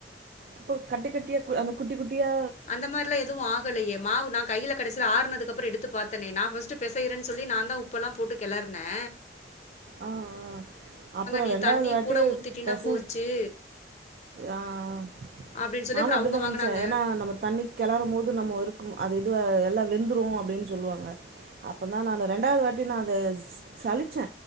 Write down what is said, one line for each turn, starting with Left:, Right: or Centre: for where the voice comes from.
Right: அப்போ கட்டி கட்டியா இருக்குல் அந்த குட்டி குட்டியா
Left: அந்த மாரெல்லா எது ஆகலையே மாவு நா கைல கடசில ஆற்னதுக்கப்றொ எடுத்து பாத்தனே நா ஃபஸ்ட்டு பெசயறென்னு சொல்லி நாந்தா உப்பெல்லா போட்டு கெளறுனே
Right: ஆ ஆ அப்பொறோ
Left: "நீ
Right: ரெண்டாவது
Left: தண்ணி
Right: வாட்டி
Left: கூட ஊத்திட்டின்னா
Right: பெச
Left: போச்சு"
Right: ஆ ஆ
Left: அப்படின்னு சொல்லி
Right: நானு
Left: அப்புறம்
Right: அப்டித்தா
Left: அவங்க
Right: நெனச்ச
Left: வாங்குனாங்க.
Right: எனா, நம்ம தண்ணி கெளறும்போது நம்மொ இருக்கும் அது இது வ எல்லா வெந்துறு அப்டின்னு சொல்லுவாங்க அப்பதா நானு ரெண்டாவுது வாட்டி நா அது சலுச்சே